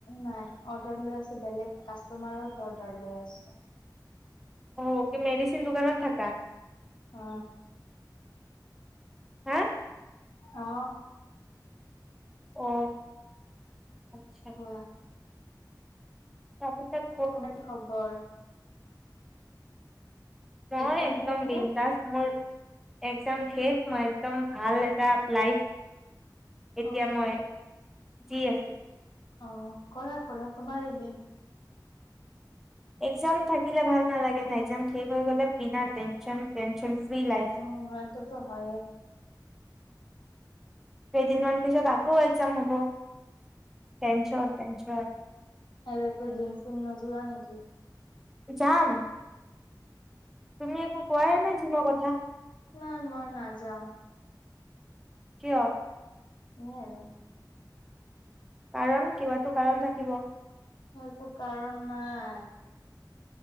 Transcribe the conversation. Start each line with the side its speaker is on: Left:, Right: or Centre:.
Left: নাই অৰ্ডাৰ লৈ আছো বেলেগ কাষ্টমাৰত অৰ্ডাৰ লৈ আছো।
Centre: অ কি মেডিচিন দোকানত থাকা।
Left: অ।
Centre: হা।
Left: অ।
Centre: অ আচ্ছা।
Left: ৱাহ।
Centre: কাটি কাত।
Left: তোমাৰ খবৰ।
Centre: মই
Left: এক্জাম
Centre: একদম
Left: শেষ
Centre: বি
Left: নে
Centre: দাস মোৰ। এক্জাম শেষ মই একদম ভাল এটা লাইফ এতিয়া
Left: অ
Centre: মই। যি আছে।
Left: অ কৰা কৰা তোমাৰ এদিন।
Centre: একজাম থাকিলে ভাল নালাগে ন একজাম শেষ হৈ গ'লে বিনা টেনচন টেনচন ফ্ৰী লাইফ।
Left: অ এইটোতো হয়।
Centre: কেইদিনমান পিছত আকৌ এক্সাম হব টেনশন টেনশন।
Left: এ একো জিম চিম নো যোৱা নেকি।
Centre: যাম। তুমি একো কোৱাই নাই জিমৰ কথা।
Left: নাই মই নাযাওঁ।
Centre: কিয়।
Left: উম এনে।
Centre: কাৰণ কিবাতো কাৰণ থাকিব।
Left: সেইটো কাৰণ নাই।